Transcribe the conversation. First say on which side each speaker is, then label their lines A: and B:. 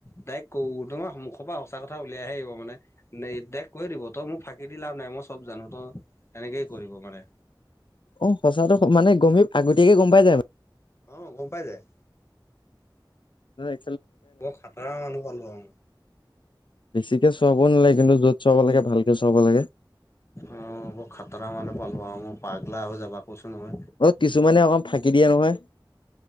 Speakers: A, on the left; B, on the left.
A: ডাইক্ ক তোমাৰ মুখৰ পৰা সঁচা কথা উলিয়াই হে আহিব মানে ডাইৰেক্ কৈয়ে দিব তই মোক ফাঁকি দি লাভ নাই মই চব জানো তই এনেকেই কৰিব মানে
B: অ সঁচাটো মানে গমি আগতীয়াকে গম পাই যায় মানে
A: অঁ গম পাই যায়।
B: হয়।
A: বৰ খাতাৰা মানুহ পালোঁ আৰু
B: বেছিকে চুৱাবও নালাগে, কিন্তু য'ত চুৱাব লাগে, ভালকে চুৱাব লাগে।
A: অঁ বৰ খাতৰা মানুহ পালো আৰু মই, পাগলা হৈ যাবা কৈছো নহয়।
B: অঁ কিছুমানে অকণ ফাঁকি দিয়ে নহয়।